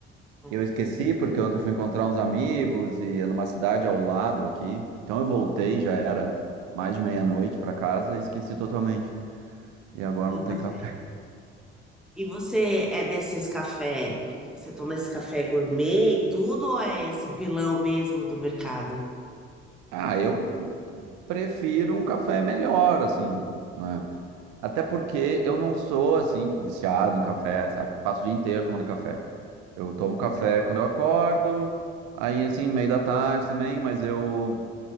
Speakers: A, in the centre; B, on the right.
A: Tá
B: Eu
A: Bom,
B: esqueci porque ontem eu fui encontrar uns amigos e é numa cidade ao lado aqui. Então eu voltei, já era mais de meia-noite para casa e esqueci totalmente. E agora
A: Tomou
B: não
A: um café.
B: tem café.
A: E você é desses café que você toma esse café gourmet e tudo ou é esse pilão mesmo do mercado?
B: Ah, eu prefiro um café melhor, assim, né?
A: Amado.
B: Até porque eu não sou, assim, viciado em café, sabe? Porque passo o dia inteiro tomando café. Eu tomo café quando eu acordo, aí, assim, no meio da tarde também, mas eu...